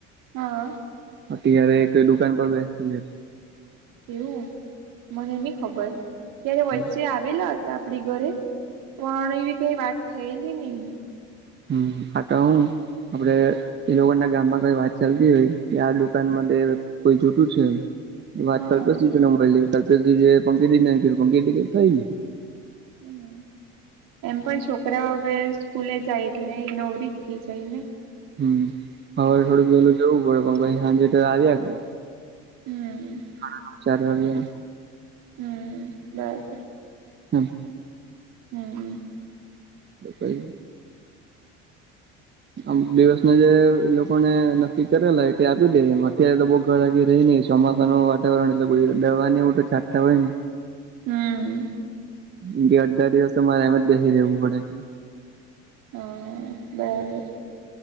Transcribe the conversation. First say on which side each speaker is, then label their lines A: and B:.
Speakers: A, on the right; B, on the right.
A: હા-
B: અત્યારે એક દુકાન પર બેસ છે.
A: એવું મને નઈ ખબર ત્યારે વચ્ચે
B: હમ
A: આવેલ જ- આપડી ઘરે પણ એવી કઈ વાત થયેલી નઈ-
B: હમ આટ હું આપડે- એ લોકો ના ગામમાં કઈ વાત ચાલતી હોય કે આ દુકાન કોઈ જોતું છે. વાત
A: હા
B: કલ્પેશજીો મળ કલ્પેશજી પંકીં થાય <unintelligible>
A: હમ એમ પણ છોકરાઓ વ સ્કૂલે જાય એટલે એ નવરી જ થઈ જાય ને-
B: હમ હવે થોડુંક પેલું જવું પડે પણછ સાંજેર આવ્યા ક-
A: હમ <unintelligible>
B: સાડા ચાર વાગ્યા-
A: હમ બરાબર <unintelligible>
B: હામ <unintelligible>
A: હમ <unintelligible>
B: બાકી આમ દિવસ ના જે એ લોકોને નક્કી કરેલા એ તે આપી દેમ અત્યારે લોકો બહ ઘરાગી રહી નઈ- ચોમાસાનું વાતાવરણ એટલે રહેવા ને એવ તો છાટતા હોય ને
A: હમ
B: મ કે અઢાર દિવસ તો મારે એમ જ બેસી રહેેવું પડે છે.
A: હા બરાબર